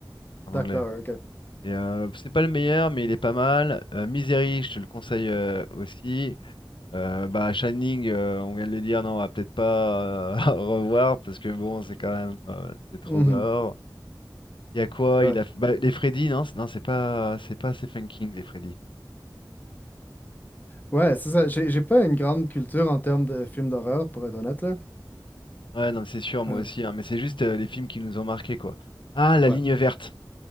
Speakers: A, on the left; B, on the left.
A: en
B: Docteur,
A: anglais.
B: ok.
A: Et, euh, c'est pas le meilleur, mais il est pas mal. Euh, Misery, je te le conseille euh, aussi. Euh, bah, Shining, euh, on vient de le dire, non, on va peut-être pas euh, <laughs> revoir parce que bon, c'est quand même euh, c'est trop
B: Mhm.
A: gore. Il y a quoi?
B: Ouais.
A: Il a bah, les Freddy, non, c'est- non, c'est pas c'est pas Stephen King les Freddy.
B: Ouais, c'est ça. J'ai j'ai pas une grande culture en termes de films d'horreur, pour être honnête, là.
A: Ouais, non, mais c'est sûr, moi
B: Euh,
A: aussi, hein, mais c'est juste euh, les films qui nous ont marqués quoi. Ah, La
B: ouais.
A: Ligne verte.